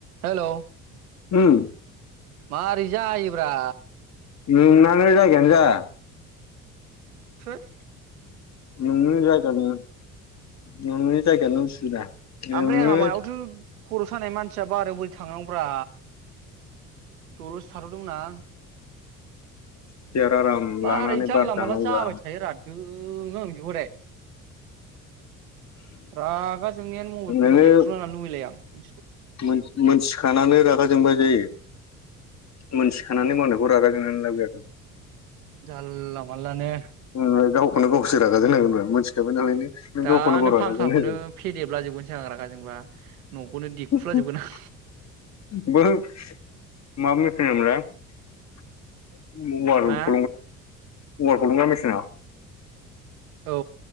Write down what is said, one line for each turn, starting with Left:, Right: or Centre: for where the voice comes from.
Right: हेल'
Left: उम
Right: मारै जायोब्रा
Left: नुनानै जायगायानो जाया
Right: थोत
Left: नोंनि जायगानि नोंनि जायगायानो उसुबिदा नोङो
Right: आमफ्राय आंहा मायावथो खर' सानाय मानसिया बारायाव बोरै थांनांगौब्रा दल'सो थाथ'दोंमोन आं
Left: सियार आराम
Right: मारै
Left: लानानै
Right: जानला
Left: बार जानांगौबा
Right: मानला जाबाय थायो रा धोइ। जोङो आं बिदिखौबाथाय रागा जोंनायानो मबाइलखौनो
Left: नोङो
Right: देख्रुबना लानो लुबैलाय आं मानसिखौ
Left: मोन-मोनथिखानानै रागा जोंबा जायो। <unintelligible> मोनथिखानानै मावनायखौ रागा जोंनानै लाब गैयाथ'।
Right: जालला मालला नो।
Left: नोंलाय गावखौनो गावसो रागा जोंनांगोनब्रा मिनथिखाबाय नालाय नों।
Right: दानो
Left: गावखौनो गाव रागा
Right: फांखाखौनो
Left: जोंनांगोन
Right: फेदेबला जोबगोनसो आं रागा जोंबा। न'खौनो देखुलाजोबगोन
Left: <unintelligible> <unintelligible>
Right: आं
Left: <unintelligible>
Right: मा
Left: औवा दिहुनग्रा मेसिना
Right: औ।